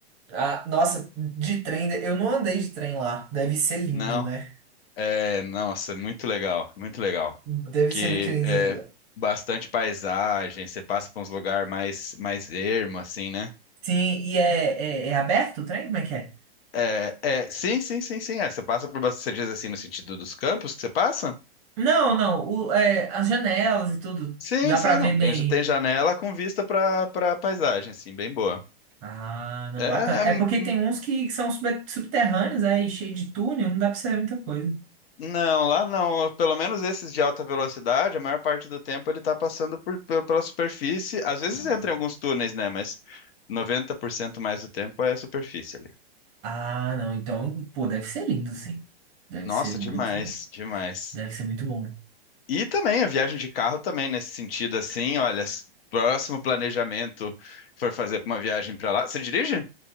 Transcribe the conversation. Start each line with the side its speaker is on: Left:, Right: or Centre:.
Right: Ah, nossa, de trem, eu não andei de trem lá. Deve ser lindo,
Left: Não,
Right: né?
Left: é, nossa, muito legal, muito legal.
Right: Deve
Left: Que
Right: ser muito lindo.
Left: é bastante paisagem, você passa por uns lugares mais mais ermo assim, né?
Right: Sim, e é, é, é aberto o trem? Como é que é?
Left: É, é, sim, sim, sim, sim. É, você passa por, bast- você diz assim no sentido dos campos que você passa?
Right: Não, não, o- é, as janelas e tudo,
Left: Sim,
Right: dá
Left: sim,
Right: pra ver
Left: não. Tem,
Right: bem.
Left: tem janela com vista para para paisagem, assim, bem boa.
Right: Ah, não,
Left: É,
Right: bacana.
Left: é,
Right: É
Left: hum,
Right: porque
Left: hum,
Right: tem uns que são sub- subterrâneos aí, cheio de túnel, não dá pra ser muita coisa.
Left: não, lá não. Pelo menos esses de alta velocidade, a maior parte do tempo ele tá passando por, pe- pela superfície. Às vezes
Right: Ah,
Left: entra em alguns túneis, né? Mas 90% mais do tempo é a superfície ali.
Right: Ah, não, então, pô, deve ser lindo, sim. Deve
Left: Nossa,
Right: ser muito
Left: demais,
Right: bom.
Left: demais.
Right: Deve ser muito bom.
Left: E também a viagem de carro também nesse sentido, assim, olha, s- próximo planejamento for fazer uma viagem para lá. Você dirige?